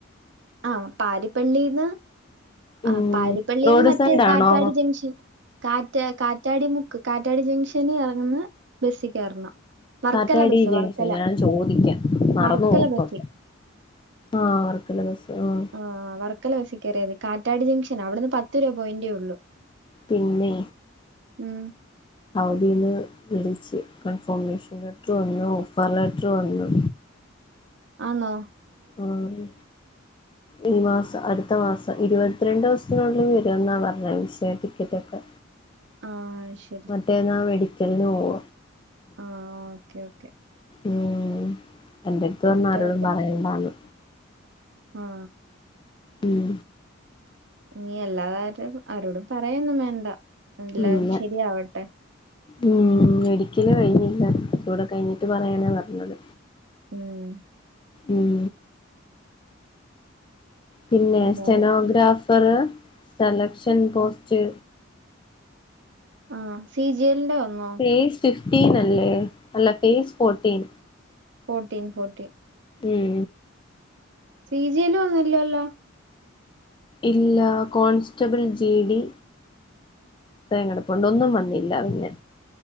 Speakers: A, on the right; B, on the left.
A: ആഹ് പാരിപ്പള്ളിന്ന്
B: ഉം
A: ആ പാരിപ്പള്ളിന്ന്
B: റോഡ്
A: മറ്റേ
B: സൈഡ്
A: കാറ്റാട്
B: ആണോ
A: ജംഗ്ഷൻ. കാറ്റ് കാറ്റാടി മുക്ക് കാറ്റാടി ജംഗ്ഷന് ഇറങ്ങുന്ന ബസ്സി കേറണം. വർക്കല
B: കാറ്റാടി
A: ബസ്സ്
B: ജംഗ്ഷൻ
A: വർക്കല
B: ഞാൻ ചോദിക്കാം. മറന്ന്
A: വർക്കല
B: പോവു
A: ബസ്സി
B: പ്പം. ആഹ് വർക്കല ബസ്. ആഹ്
A: ആഹ് വർക്കല ബസ് കേറിയാ മതി. കാറ്റാടി ജംഗ്ഷൻ. അവിടന്ന് പത്ത് രൂപോയെന്റെ ഒള്ളൂ.
B: പിന്നെ
A: ഉം
B: സൗദീന്ന് വിളിച്ച് കൺഫർമേഷൻ ലെറ്റർ വന്നു ഓഫർ ലെറ്റർ വന്നു
A: ആന്നോ
B: ആഹ്.
A: !!!!!!!!
B: ഈ മാസം അടുത്ത മാസം ഇരുപത്തിരണ്ട് ദിവസ്ത്തിനുള്ളിൽ വരുമെന്നാ പറഞ്ഞത് വിസേം ടിക്കറ്റു ഒക്കെ
A: ആഹ് അഹ് ശ
B: മറ്റേന്നാ മെഡിക്കൽന് പോവ.
A: ആഹ് ഓക്കേ ഓക്കെ.
B: ഉം. എന്റെട്ത്ത്
A: പോയിട്ട്
B: പറഞ് ആരോടും
A: വരട്ടെ
B: പറയണ്ടാന്ന്.
A: ആഹ്.
B: ഉം
A: നീ എല്ലാ ത ആരൊ ആരോടും പറയൊന്നും വേണ്ട. എല്ലാം
B: ഇല്ല
A: ശരിയാവട്ടെ.
B: ഉം മെഡിക്കല് കഴിഞ്ഞില്ല അതൂടെ കഴിഞ്ഞിട്ട് പറയാനാ പർഞ്ഞത്.
A: ഉം
B: ഉം പിന്നെ
A: എല്ലാവർക്കും
B: സ്റ്റെനോഗ്രാഫർ സെലക്ഷൻ പോസ്റ്റ്
A: ആഹ്. സി ജി എൽ ന്റെ വന്നോ?
B: ഫേസ് ഫിഫ്റ്റീൻ അല്ലേ അല്ല ഫേസ് ഫോർട്ടീൻ
A: ഫോർട്ടീൻ ഫോർട്ടീൻ
B: ഉം
A: സി ജി എൽ വന്നില്ലല്ലോ.
B: ഇല്ല. കോൺസ്റ്റബിൾ ജെ ഡി <unintelligible> കെടെപ്പുണ്ട് ഒന്നും വന്നില്ല പിന്നെ.